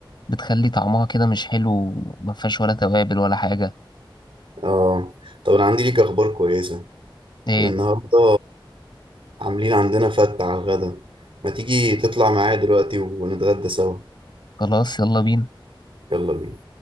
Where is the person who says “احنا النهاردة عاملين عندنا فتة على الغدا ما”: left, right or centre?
Right